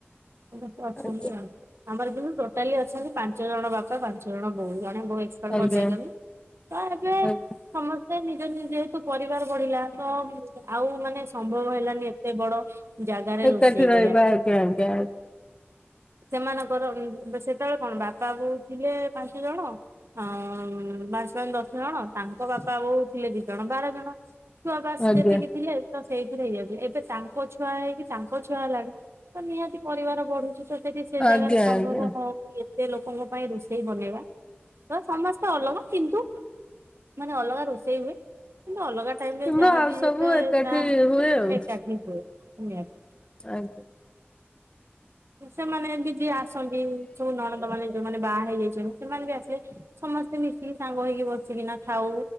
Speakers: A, on the right; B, on the left.
A: ସ୍ତେ ଅଛନ୍ତି
B: ଆଜ୍ଞା
A: ଆଉ ଆମର ବି ଟୋଟାଲି ଅଛନ୍ତି ପାଞ୍ଚ ଜଣ ବାପା ପାଞ୍ଚ ଜଣ ଭଉଣୀ। ଜଣେ ବହୁ ଏପ
B: ଆଜ୍ଞା
A: କରିଦେଇଲେ ତ ଏବେ
B: ଆଜ୍ଞା
A: ସମସ୍ତେ ନିଜ ନିଜେତୁ ପରିବାର ବଢିଲା ତ ଆଉ ମାନେ ସମ୍ଭବ ହେଲାନି ଏତେ ବଡ ଜାଗାରେ
B: ଏକାଠି
A: ରୋଷେଇ
B: ରହିବା
A: କରିବା ପାଇଁ
B: ଆଜ୍ଞା ଆଜ୍ଞା
A: ସେମାନଙ୍କର ସେତେବେଳେ କଣ ବାପା ବୋଉ ଥିଲେ। ଜଣ ଆ ଦଶ ଜଣ ତାଙ୍କ ବାପା ବୋଉ ଥିଲେ ଦି ଜଣ ବାର ଜଣ ଛୁଆବାସ
B: ଆଜ୍ଞା
A: ଯେତିକି ଥିଲେ। ତ ସେଇଥିରେ ହେଇଯାଉଥିଲା ଏବେ ତାଙ୍କ ଛୁଆ ହେଇକି ତାଙ୍କ ଛୁଆ ହେଲାଣି ତ ନିହାତି ପରିବାର ବଢୁଛି ତ। ସେଠି ସେ
B: ଆଜ୍ଞା
A: ଜାଗାରେ ସମ୍ଭବ
B: ଆଜ୍ଞା ଆଜ୍ଞା
A: ହଉ ସେ ଲୋକଙ୍କ ପାଇଁ ରୋଷେଇ ବନେଇବା ତ ସମସ୍ତେ ଅଲଗା କିନ୍ତୁ ମାନେ ଅଲଗା ରୋଷେଇ ହୁଏ କିନ୍ତୁ ଅଲଗା ଖାଇଲେ
B: କିମ୍ବା
A: ଯାହାଵି
B: ଆଉ ସବୁ
A: ଯେତେ
B: ଏକାଠି
A: ଯାହା
B: ହୁଏ ଆଉ
A: ଏକାଠି ହୁଏ ନିହାତି।
B: ଆଜ୍ଞା।
A: ସେମାନେ ବି ଯିଏ ଆସନ୍ତି ଯୋଉ ନଣନ୍ଦ ମାନେ। ଯୋଉମାନେ ବାହା ହେଇଯାଇଛନ୍ତି ସେମାନେ ବି ଆସିଲେ ସମସ୍ତେ ମିଶିକି ସାଙ୍ଗ ହେଇକି ବସିକିନା ଖାଉ।